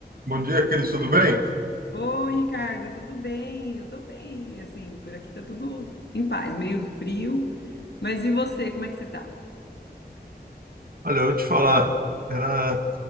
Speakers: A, on the right; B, on the left.
A: Bom dia, Cris, tudo bem?
B: Oi, Ricardo, tudo bem? Eu tô bem, assim, por aqui tá tudo em paz, meio frio. Mas e você, como é que você tá?
A: Olha, eu vou te falar, era,